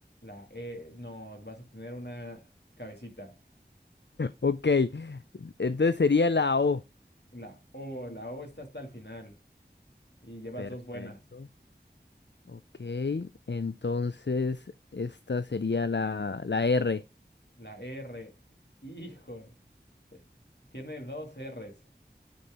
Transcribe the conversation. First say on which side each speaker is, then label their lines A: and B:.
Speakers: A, on the left; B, on the left.
A: La E, no, vas a tener una cabecita.
B: Ok. Entonces sería la O.
A: La O, la O está hasta el final y llevas
B: Perfecto.
A: dos buenas.
B: Ok. Entonces esta sería la, la R.
A: La R, hijo, eh, tiene dos Rs